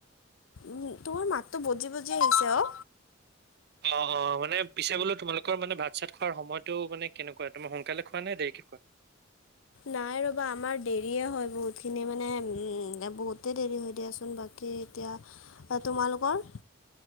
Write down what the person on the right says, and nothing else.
অ', অ', মানে পিছে বোলো, তোমালোকৰ মানে ভাত চাত খোৱাৰ সময়তটো মানে কেনেক কয় তুমি, সোনকালে খোৱা নে দেৰি কে খোৱা?